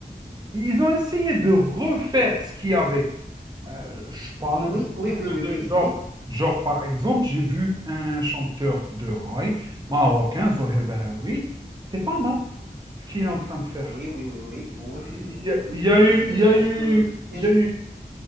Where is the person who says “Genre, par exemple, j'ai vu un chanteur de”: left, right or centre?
Right